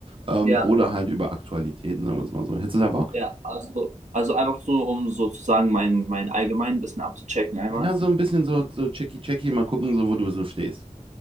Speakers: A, on the right (about 45°); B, on the right (about 70°).
A: Ähm,
B: ja,
A: oder halt über Aktualitäten, sagen wir es mal so. Hättest du da Bock?
B: ja, also, also einfach so, um sozusagen mein, mein allgemein Wissen abzuchecken einmal.
A: Ja, so ein bisschen so, so checky checky, mal gucken, so wo du so stehst.